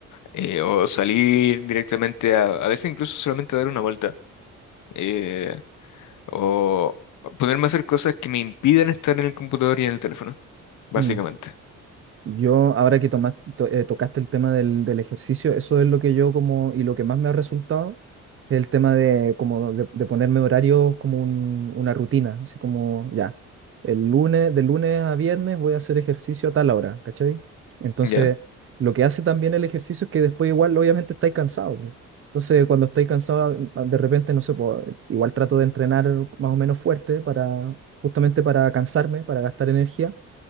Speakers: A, on the left; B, on the right.
A: Eh, o salir directamente a, a veces incluso solamente dar una vuelta. eh, o ponerme a hacer cosas que me impidan estar en el computador y en el teléfono, básicamente.
B: mm. Yo, ahora que tomas- to- eh, tocaste el tema del, del ejercicio, eso es lo que yo como, y lo que más me ha resultado, es el tema de, como de, de ponerme horarios como un- una rutina, así como ya, el lunes, de lunes a viernes voy a hacer ejercicio a tal hora, ¿cachai? Entonces,
A: ¿Ya?
B: lo que hace también el ejercicio es que después igual, obviamente, estáis cansados. po. Entonces, cuando estáis cansados, ah, de repente, no sé, po, igual trato de entrenar más o menos fuerte para, justamente para cansarme, para gastar energía